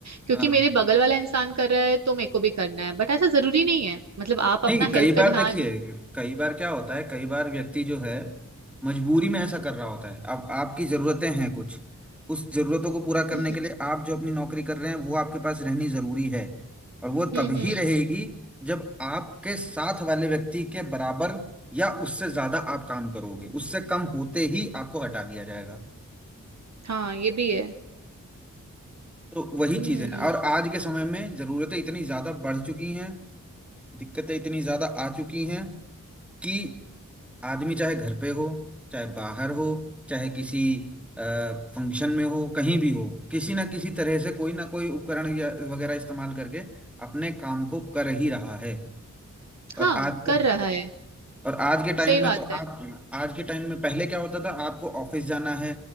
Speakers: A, on the right; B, in the centre.
A: क्योंकि
B: हाँ
A: मेरे बगल वाला इंसान कर रहा है तो मेरे को भी करना है बट ऐसा जरूरी नहीं है मतलब आप
B: नहीं
A: अपना
B: कई
A: हेल्थ
B: बार
A: का ध्यान
B: देखिए कई बार क्या होता है कई बार व्यक्ति जो है मजबूरी में ऐसा कर रहा होता है अब आपकी ज़रूरतें हैं कुछ उस ज़रूरतों को पूरा करने
A: हम्म
B: के लिए आप जो अपनी नौकरी कर रहे हैं वो आपके पास रहनी ज़रूरी है और वो
A: हम्म
B: तभी
A: हम्म,
B: रहेगी जब आपके साथ वाले व्यक्ति के बराबर या उससे ज़्यादा आप काम करोगे उससे कम होते ही आपको हटा दिया जाएगा
A: हाँ ये भी है
B: तो वही
A: हम्म
B: चीज़ें हैं और आज के समय में ज़रूरतें इतनी ज़्यादा बढ़ चुकी हैं दिक्कतें इतनी ज़्यादा आ चुकी हैं कि आदमी चाहे घर पे हो चाहे बाहर हो चाहे किसी फंक्शन में हो कहीं भी हो किसी ना किसी तरह से कोई ना कोई उपकरण या वगैरह इस्तेमाल करके अपने काम को कर ही रहा है
A: हाँ
B: और आज
A: कर
B: के
A: रहा है
B: और आज के टाइम
A: सही
B: में
A: बात
B: तो
A: है
B: आप आज के टाइम में पहले क्या होता था आपको ऑफिस जाना है